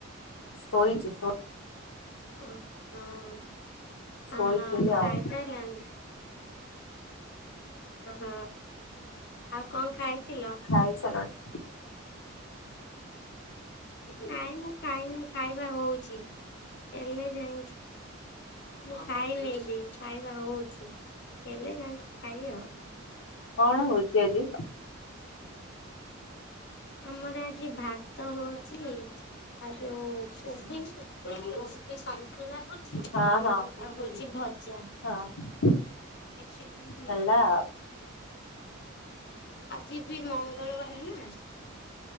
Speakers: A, on the left; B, on the left.
A: ଶୋଇଛି ଶୋଇଛି।
B: ହ ହଁ ହଁ
A: ଶୋଇଥିଲି
B: ହଁ,
A: ଆଉ
B: ଖାଇ ସାରିଲଣି? ଅ ହ ଆଉ କଣ ଖାଇଥିଲ?
A: ଖାଇ ସାରିଲଣି?
B: ନାଇଁ ମୁଁ ଖାଇନି ଖାଇବା ହଉଛି ହେଲେ ଯାଇକି ମୁଁ ଖାଇନି ବି ଖାଇବା ହଉଛି ହେଲେ ଯାଇକି ଖାଇବି ଆଉ।
A: କଣ ହଉଛି ଆଜି?
B: ଆମର ଆଜି ଭାତ ହଉଛି, ଆ ଯୋଇ କୋବି ନୁହଁ କୋବି ସନ୍ତୁଳା ଆଉ
A: ହଁ ହଁ
B: ହଉଛି ଭଜା।
A: ହଁ
B: କିଛି ବି <unintelligible>
A: ହେଲା ଆଉ।
B: ଆଜି ବି ମଙ୍ଗଳବାରେ ନା।